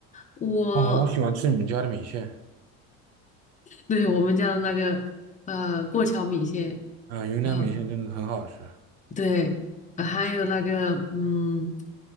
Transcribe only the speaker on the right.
哦，我喜欢吃你们家的米线。
啊，云南米线真的很好吃。